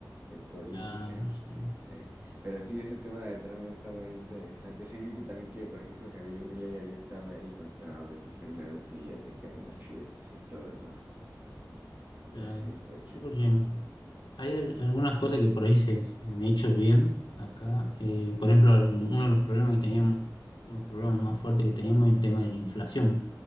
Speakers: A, on the right; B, on the left.
A: en política.
B: Ya, sí,
A: Sí, pero sí, ese tema de Trump ha estado ahí interesante. Sí, vi que también que, por ejemplo, Javier Milei había estado ahí con Trump en sus primeros días, de que en las fiestas y todo, ¿no?
B: claro.
A: Y así, aprovechando.
B: Sí, porque hay al- algunas cosas que por ahí se, se han hecho bien acá.
A: Ujú.
B: Eh, por ejemplo, al- uno de los problemas que teníamos, uno de los problemas más fuertes que teníamos es el tema de la inflación.